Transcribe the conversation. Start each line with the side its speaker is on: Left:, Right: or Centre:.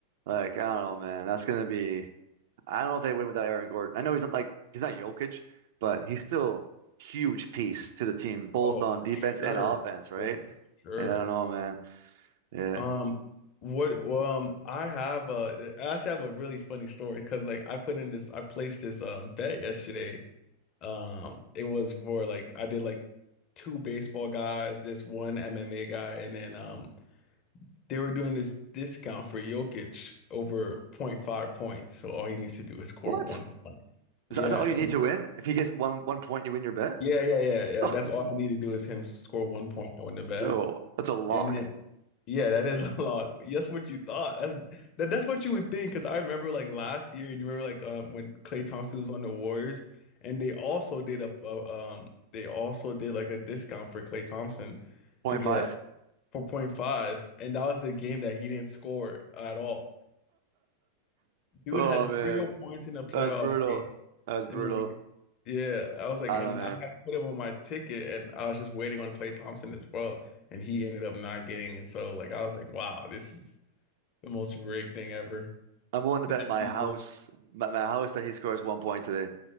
Right: like I don't know, man, that's gonna be. I don't know if they win without Aaron Gordon. I know he's not like he's not Jokic, but he's still huge piece to the team, both
Left: Oh,
Right: on
Left: for
Right: defense
Left: sure.
Right: and offense, right?
Left: For sure.
Right: And I don't know, man. Yeah.
Left: Um, what well, um I have a I actually have a really funny story because like I put in this I placed this um bet yesterday. Um it was for like I did like two baseball guys, this one MMA guy, and then um they were doing this discount for Jokic over point five points. So all he needs to do is score
Right: What?
Left: one point.
Right: Is
Left: Yeah.
Right: that, is that all you need to win? If he gets one one point, you win your bet?
Left: Yeah,
Right: <laughs>
Left: yeah, yeah, yeah.
Right: Oh,
Left: That's
Right: That's-
Left: all I need to do is him score one point. I win the bet.
Right: No, that's a lock.
Left: And then, yeah, that is <laughs> a lot. That's what you thought. That's, that, that's what you would think. Because I remember like last year, you remember like um when Klay Thompson was on the Warriors, and they also did a, a um they also did like a discount for Klay Thompson
Right: Point
Left: to get
Right: five. <laughs>
Left: 4.5, and that was the game that he didn't score at all. Dude
Right: Oh
Left: had zero
Right: man.
Left: points in a playoff
Right: That's brutal.
Left: game.
Right: That's
Left: And
Right: brutal.
Left: like, yeah, I was like,
Right: I
Left: and
Right: don't know, man.
Left: I had put him on my ticket and I was just waiting on Klay Thompson as well. And he ended up not getting it. So like I was like, wow, this is the most rigged thing ever.
Right: I'm willing to
Left: That,
Right: bet my
Left: yeah.
Right: house, my, my house that he scores one point today.